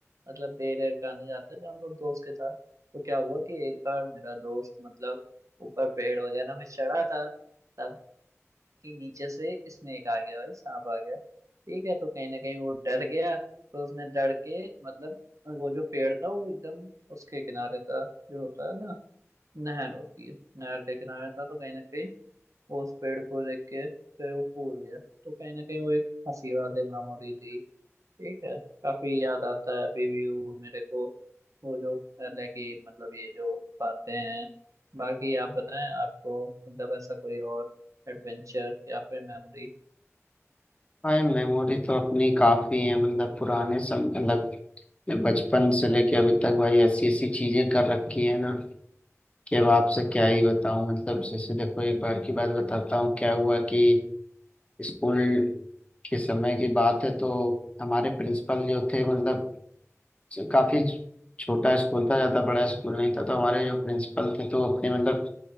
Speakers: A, on the right (about 80°); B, on the left (about 25°).
A: मतलब बेर एर खाने जाते थे हम लोग दोस्त के साथ तो क्या हुआ कि एक बार मेरा दोस्त मतलब ऊपर पेड़ वगैरह में चढ़ा था तब कि नीचे से स्नेक आ गया भाई सांप आ गया ठीक है तो कहीं ना कहीं वो डर गया तो उसने डर के मतलब वो जो पेड़ था वो एकदम उसके किनारे था जो होता है ना नहर होती है नहर के किनारे था तो कहीं ना कहीं वो उस पेड़ को देख के फिर वो कूद गया तो कहीं ना कहीं वो एक हंसी वाली मेमोरी थी ठीक है काफी याद आता है अभी भी वो मेरे को वो जो पहले की मतलब ये जो बातें हैं बाकी आप बताएं आपको मतलब ऐसा कोई और एडवेंचर या फिर मेमोरी
B: भाई मेमोरी तो अपनी काफी है मतलब पुराने सम मतलब बचपन से लेके अभी तक भाई ऐसी ऐसी चीजें कर रखी है ना कि अब आपसे क्या ही बताऊं मतलब जैसे देखो एक बार की बात बताता हूँ क्या हुआ कि स्कूल के समय की बात है तो हमारे प्रिंसिपल जो थे मतलब काफी छोटा स्कूल था ज्यादा बड़ा स्कूल नहीं था तो हमारे जो प्रिंसिपल थे तो अपने मतलब